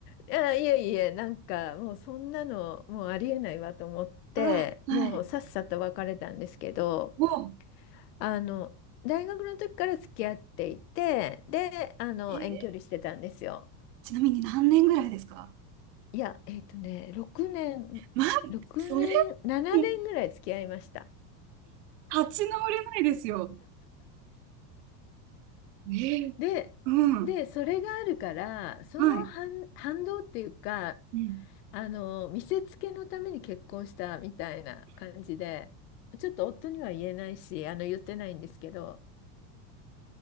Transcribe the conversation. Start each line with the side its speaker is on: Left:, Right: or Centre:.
Left: いや、いえいえ、なんかもうそんなの、もうありえないわと思って、
Right: うわ、はい。
Left: もうさっさと別れたんですけど、
Right: も
Left: あの、大学の時から付き合っていて、で、あの、
Right: う、えー
Left: 遠距離してたんですよ。
Right: ちなみに何年ぐらいですか
Left: いや、えっとね、6年、
Right: まあ、
Left: 6年、
Right: それ、
Left: 7年ぐらい付き合いました。
Right: 立ち直れないですよ。えーうん。
Left: で、で、それがあるから、その反、
Right: はい。
Left: 反動っていうか、
Right: うん。
Left: あの、見せつけのために結婚したみたいな感じで、ちょっと夫には言えないし、あの、言ってないんですけど、